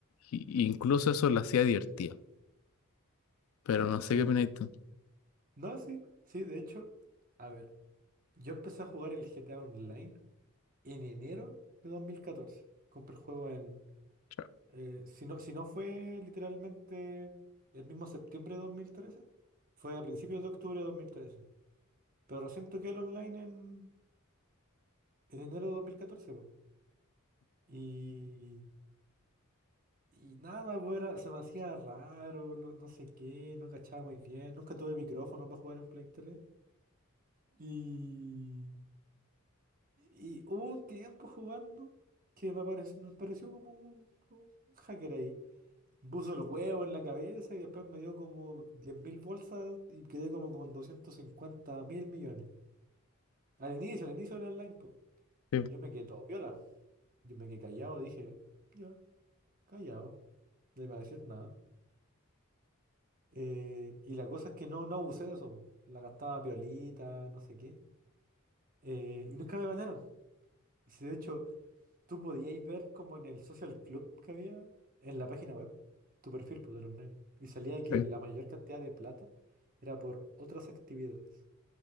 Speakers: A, on the left (about 75°); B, on the right (about 40°).
A: y- y incluso eso lo hacía divertido. Pero no
B: Sí.
A: sé qué opinas tú.
B: No, sí, sí, de hecho. A ver, yo empecé a jugar el GTA Online en enero de dos mil catorce Compré el juego en...
A: Claro.
B: eh, si no, si no fue literalmente el mismo septiembre de dos mil trece fue a principios de octubre de dos mil trece Pero recién toqué el online en, en enero de 2014, po. Y... Y nada, pues era- se me hacía raro, lo- no sé qué, no cachaba muy bien. Nunca tuve micrófono para jugar en Play 3. Y, y hubo un tiempo jugando que me, pareció me pareció como un, un hacker ahí. Puso el huevo en la cabeza y después me dio como 10.000 bolsas y quedé como con doscientos cincuenta mil millones. Al inicio, al inicio del online, pues.
A: Sí,
B: Yo me quedé todo piola. Yo me quedé callado, dije, ya, callado, no iba a decir nada. Eh, y la cosa es que no, no abusé de eso, po. La gastaba piolita, no sé qué. Eh, y nunca me bañaron. Y si de hecho tú podíais ver como en el social club que había en la página web, tu perfil poder online. Y salía que
A: Sí.
B: la mayor cantidad de plata era por otras actividades.